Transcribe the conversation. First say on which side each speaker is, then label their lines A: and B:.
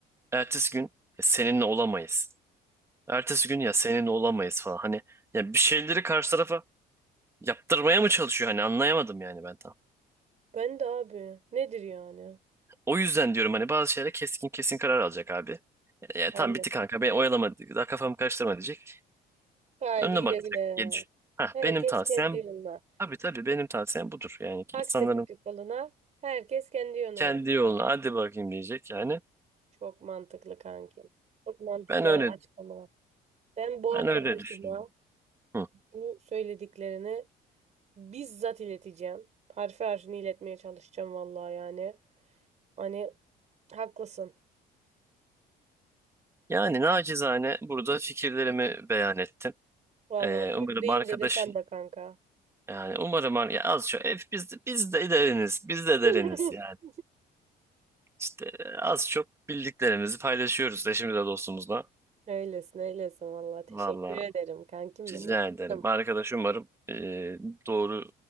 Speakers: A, on the right (about 15°); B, on the right (about 45°).
A: Ertesi gün ya seninle olamayız. Ertesi gün ya seninle olamayız falan. Hani ya bir şeyleri karşı tarafa yaptırmaya mı çalışıyor hani anlayamadım yani ben
B: Ben de abi. Nedir yani?
A: O yüzden diyorum hani bazı şeylere keskin kesin karar alacak abi. Ya,
B: Aynen.
A: tam bitti kanka beni oyalama daha kafamı karıştırma diyecek.
B: Haydi
A: Önüne
B: güle
A: bakacak
B: güle.
A: gelir. Hah
B: Herkes
A: benim tavsiyem
B: kendi yoluna.
A: tabii tabii benim tavsiyem budur. Yani ki
B: Akseptik
A: insanların
B: balına herkes kendi yönüne.
A: kendi yoluna hadi bakayım diyecek yani.
B: Çok mantıklı kanki. Çok mantıklı
A: Ben öyle
B: açıklamalar. Ben bu
A: ben
B: arkadaşıma
A: öyle düşünüyorum. Hı.
B: bu söylediklerini bizzat ileteceğim. Harfi harfini iletmeye çalışacağım vallahi yani. Hani haklısın.
A: Yani nacizane burada fikirlerimi beyan ettim.
B: Vallahi
A: Ee,
B: duygu
A: umarım
B: deyince
A: arkadaşın
B: de sen be kanka.
A: yani umarım ar- ya az çok hep biz de, biz de deriniz biz de
B: <laughs>
A: deriniz yani. işte az çok bildiklerimizi paylaşıyoruz eşimizle dostumuzla.
B: Öylesin öylesin vallahi. Teşekkür
A: Valla
B: ederim kankim benim.
A: rica ederim.
B: Canım.
A: Arkadaş umarım eee, doğru